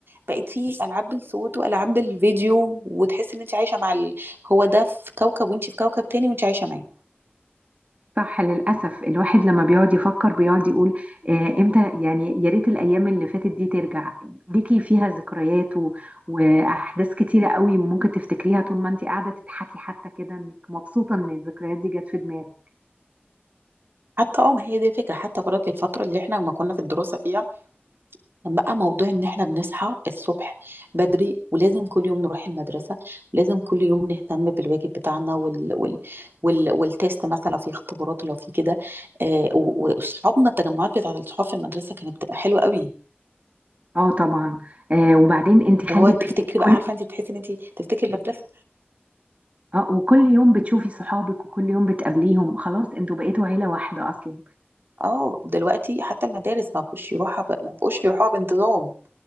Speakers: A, on the right; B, on the right.
A: بقت في العاب بالصوت والعاب بالفيديو وتحس ان انت عايشه مع ال... هو ده في كوكب وانت في كوكب تاني وانت عايشه معاه
B: صح للأسف الواحد لما بيقعد يفكر بيقعد يقول آه إمتى يعني يا ريت الأيام اللي فاتت دي ترجع ليكي فيها ذكريات و... وأحداث كتيرة قوي ممكن تفتكريها طول ما أنت قاعدة تضحكي حتى كده إنك مبسوطة إن الذكريات دي جت في دماغك
A: حتى اه ما هي دي فكره حتى برات الفتره اللي احنا لما كنا في الدراسه فيها كان بقى موضوع ان احنا بنصحى الصبح بدري ولازم كل يوم نروح المدرسه ولازم كل يوم نهتم بالواجب بتاعنا وال... وال... وال... والتيست مثلا لو في اختبارات لو في كده آه، و- واصحابنا التجمعات بتاعه الصحاب في المدرسه كانت بتبقى حلوه قوي
B: اه طبعا آه وبعدين انت خلي
A: اللي هو تفتكري
B: بالك كل
A: بقى عارفه انت تحسي ان انت تفتكري المدرسه
B: اه وكل يوم بتشوفي صحابك وكل يوم بتقابليهم خلاص انتوا بقيتوا عيلة واحدة اصلا
A: اه دلوقتي حتى المدارس ما بقوش يروحها ب... ما بقوش يروحوها بانتظام